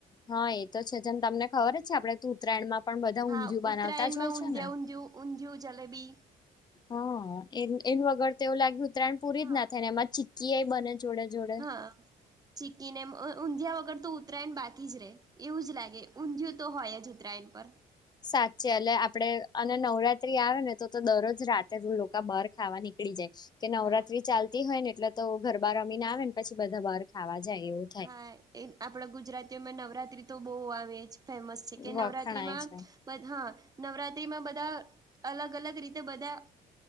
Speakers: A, on the left; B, on the right.
A: હા એ તો છે જ અન તમને ખબર જ છે આપડે તું ઉત્તરાયણમાં પણ બધા
B: હા
A: ઊંધિયું બનાવતા
B: ઉત્તરાયણમાં
A: જ હોય
B: ઊંધિયા
A: છે ને
B: ઊંધિયુ ઊંધિયું જલેબી.
A: હા એન એનું વગર તો એવું લાગ્યું ઉત્તરાયણ પૂરી
B: હા
A: જ ના થાય ને એમાં ચીકી એ બને જોડે જોડે
B: હા ચીકીને એમ ઊંધિયા વગર તો ઉતરાણ ને બાકી જ રે. એવું જ લાગે. ઊંધિયું તો હોય જ ઉત્તરાયણ પર.
A: સાચે એટલે આપડે અને નવરાત્રી આવે ને તો તો દરરોજ રાતે દુ લોકો બાર ખાવા નીકળી જાય. કે નવરાત્રી
B: હા
A: ચાલતી હોય ને એટલે તો ગરબા રમીને આવે ને પછી બધા બહાર ખાવા જાય એ
B: હા એ આપડા ગુજરાતીઓમાં નવરાત્રી તો બઉ આવે જ ફેમસ
A: થાય
B: છે કે નવરાત્રીમાં
A: વખણાય છે
B: પણ હા નવરાત્રીમાં બધા અલગ અલગ રીતે બધા